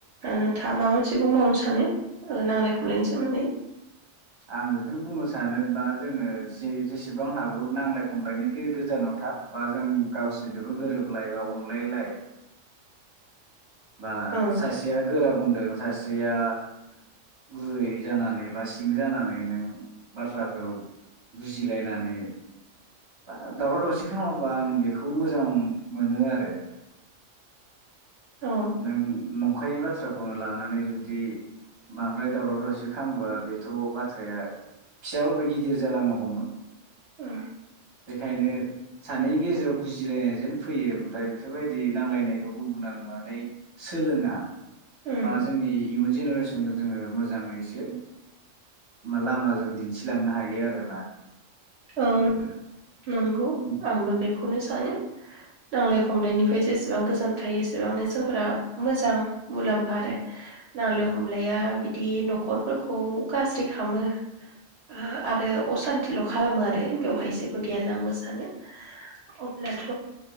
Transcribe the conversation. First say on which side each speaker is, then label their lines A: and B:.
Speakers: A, on the right (about 65°); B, on the right (about 25°).
A: नोंथाङा माबा मोनसे बुंबावनो सानो नांलाय खमलायनि सोमोन्दै?
B: आं बेखौनो बुंनो सानोबा जोङो जि जेसेबां हागौ नांलाय खमलायनि गो-गोजानाव था बा जों गावसिदोबो गोरोबलाय बा अनलायलाय। बा
A: औ
B: सासेया गोरा बुंदों सासेया गुरै जानानै बा सिं जानानै नों बाथ्राखौ बुजिलायनानै बा दावराव दावसि खालामाबा आं बेखौ मोजां मोनो आरो
A: औ
B: नों नं नंखायै बाथ्राखौनो लानानै जुदि बांद्राय दावराव दावसि खालामोबा बेथ' बाथ्राया फिसाबाबो गिदिर जालांनो हमो।
A: ओ
B: बेखायनो सानैनि गेजेराव बुजिलायनाय जेन फैयो ओमफ्राय बेफोरबायदि नांलायनायखौ गुबुना नुवा नानै सोलोङा।
A: औ
B: बा जोंनि इयुन जेनेरेसनखौ जोङो मोजाङैसो लामाजों दिन्थिलांनो हायो आरोना।
A: औ नंगौ
B: उम
A: आंबो बेखौ खौनो सानो नांलाय खम खमलायनिफ्राय जेसेबां गोजान थायो एसे बेसेबांनो जोंफोरा मोजां। मुलाम्फा आरो
B: उम
A: नांलाय
B: उम
A: खमलाया बिद दि न'खरफोरखौ गाज्रि खालामो। हा आरो असान्थिल' खालामो आरो। बेवहाय जेबो
B: उम
A: गैया होनना आंबो सानो। अब्लाथ'